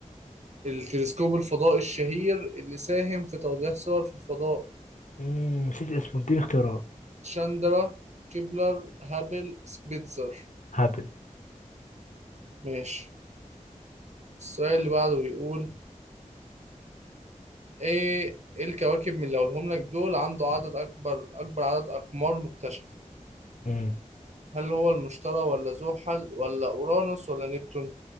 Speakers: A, on the right (about 60°); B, on the left (about 70°).
A: التلسكوب الفضائي الشهير اللي ساهم في توضيح صور في الفضاء
B: مم. نسيت اسمه اديني اختيارات
A: شاندرا كيبلر هابل سبيتزر
B: هابل
A: ماشي السؤال اللي بعده بيقول ايه إيه الكواكب من اللي هقولهم لك دول عنده عدد أكبر أكبر عدد أقمار مكتشفة
B: مم.
A: هل هو المشتري ولا زحل ولا أورانوس ولا نبتون؟